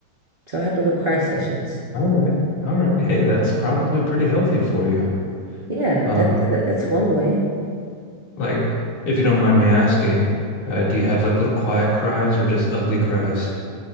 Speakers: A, on the right (about 50°); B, on the left (about 75°).
A: So I have little cry sessions.
B: All right. All right. Hey, that's probably pretty healthy for you.
A: Yeah,
B: Um,
A: that, that that's one way.
B: like, if you don't mind me asking, uh, do you have like little quiet cries or just ugly cries? <laughs>